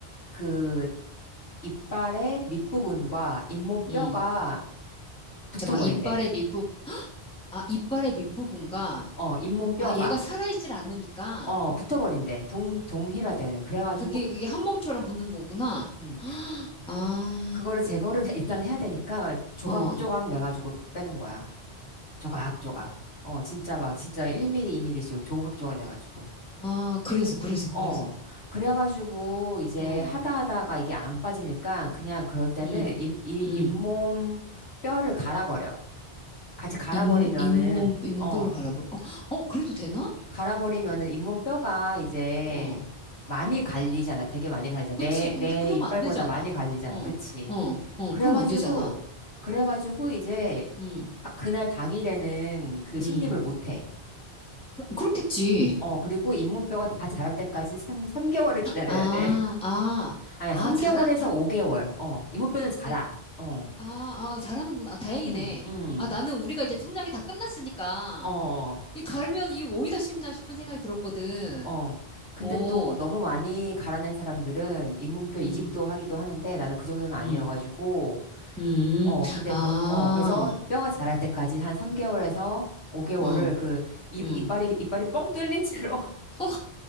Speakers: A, on the left; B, in the centre.
A: 그 이빨의 밑부분과 잇몸뼈가
B: 음.
A: 붙어버린대.
B: 잠깐만. 이빨의 밑부 아, 이빨의 밑부분과
A: 어, 잇몸뼈가,
B: 아, 얘가 살아있질 않으니까
A: 어, 붙어버린대. 동, 동일화되는. 그래가지고,
B: 그게 그게 한 몸처럼 붙는 거구나.
A: 음,
B: <gasps> 아.
A: 그거를 제거를 <laughs> 일단 해야 되니까 조각조각
B: 어.
A: 내가지고 빼는 거야. 조각조각. 어, 진짜 막, 진짜 1mm, 2mm씩 조각조각 내가지고.
B: 아, 그래서 그래서 그래서.
A: 어, 그래가지고 이제
B: 어.
A: 하다 하다가 이게 안 빠지니까 그냥 그럴 때는
B: 음.
A: 잇, 이,
B: 음.
A: 잇몸 뼈를 갈아버려. 같이 갈아버리면은,
B: 잇, 잇몸 잇몸뼈를
A: 어, 어.
B: 갈아버려. 어, 어, 그래도 되나?
A: 갈아버리면은 잇몸뼈가 이제
B: 어.
A: 많이 갈리잖아. 되게 많이 갈리잖아.
B: 그치.
A: 내,
B: 근데
A: 내
B: 그러면
A: 이빨보다
B: 안 되잖아.
A: 많이 갈리잖아.
B: 어,
A: 그치?
B: 어, 어,
A: 그래가지고,
B: 그러면 안 되잖아.
A: 그래가지고 이제
B: 음,
A: 아- 그날 당일에는 그 식립을
B: 음.
A: 못해.
B: 그렇겠지.
A: 어, 그리고 잇몸뼈가 다 자랄 때까지 삼 3개월을 기다려야
B: 아,
A: 돼. <laughs>
B: 아,
A: 아니야,
B: 아,
A: 3개월에서
B: 잘하, 자,
A: 5개월. 어, 잇몸뼈는 자라.
B: 예,
A: 어,
B: 아, 아, 잘하는구나. 아, 다행이네.
A: 응, 응,
B: 아, 나는 우리가 이제 성장이 다 끝났으니까.
A: 어,
B: 이 갈면 이 오이다 싶나 싶은 생각이 들었거든.
A: 어. 근데
B: 어,
A: 또 너무 많이 갈아낸 사람들은 잇몸뼈 이식도
B: 음,
A: 하기도 하는데 나는 그 정도는 아니어가지고
B: 음, 음.
A: 어, 근데,
B: 아,
A: 거, 어, 그래서 뼈가 자랄 때까지 한 3개월에서 5개월을
B: 어,
A: 그, 입,
B: 음.
A: 이빨이, 이빨이 뻥 뚫린 채로
B: 어,